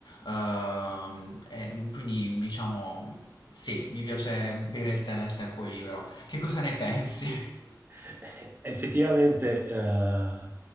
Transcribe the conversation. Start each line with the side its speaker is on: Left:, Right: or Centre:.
Left: Ehm, e quindi diciamo sì, mi piace bere il tè nel tempo libero. Che cosa ne pensi?
Right: <laughs> Effettivamente, eh,